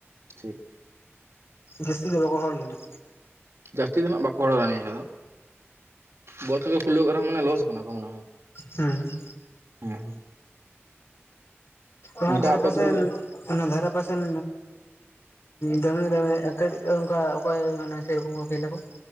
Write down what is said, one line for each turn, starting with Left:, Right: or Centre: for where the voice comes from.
Right: ᱴᱷᱤᱠ᱾
Left: ᱡᱟᱹᱥᱛᱤ <unintelligible> ᱞᱮᱱᱟ᱾
Right: <inaudible> ᱡᱟᱹᱥᱛᱤ ᱫᱚ ᱱᱟᱜ ᱵᱟᱠᱚ ᱨᱚᱲᱟ ᱱᱤᱭᱟᱹ᱾ ᱠᱚᱫᱚ ᱢᱟᱱᱮ <unintelligible>
Left: ᱦᱩᱸ
Right: ᱦᱮᱸ
Left: ᱚᱱᱟ
Right: ᱚᱱᱠᱟ
Left: ᱫᱷᱟᱨᱮ
Right: ᱟᱯᱮ
Left: ᱯᱟᱥᱮᱱ
Right: ᱟᱹᱛᱩ ᱠᱚᱨᱮ
Left: ᱚᱱᱟ ᱫᱷᱟᱨᱮ ᱯᱟᱥᱮᱱ ᱫᱚᱢᱮ ᱫᱚᱢᱮ ᱮ ᱠᱟᱹᱴᱤᱡ ᱚᱱᱠᱟ ᱚᱠᱚᱭ ᱢᱟᱱᱮ ᱥᱮᱨᱚᱠᱚᱢ ᱠᱷᱮᱞᱟ ᱠᱚ?